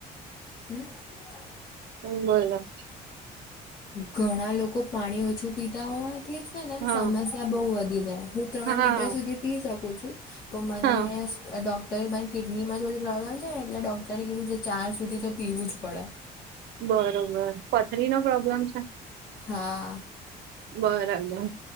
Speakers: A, on the left; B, on the right.
A: હમ્મ
B: હ મળલા
A: ઘણા લોકો પાણી ઓછું પીતા હોવાથી જ ને
B: હા
A: સમસ્યા બહઉ વધી જાય હું ત્રણ
B: હા
A: લીટર સુધી પી શકું છું તો મને
B: હા
A: ડૉક્ટરે બ કિડની માં થોડી પ્રોબ્લેમ છે ને એટલે ડોક્ટરે કીધું છે કે ચાર સુધી તો પીવું જ પડે
B: બરોબર પથરી નો પ્રોબ્લેમ છે
A: હા
B: બરાબર